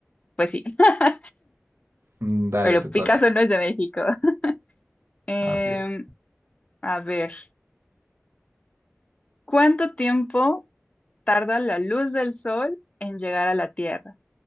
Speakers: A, on the left (about 30°); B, on the right (about 60°).
A: pues sí. <laughs>
B: Mm, Dale,
A: Pero
B: te toca.
A: Picasso no es de México. <laughs> Em,
B: Así es.
A: a ver, ¿cuánto tiempo tarda la luz del sol en llegar a la Tierra?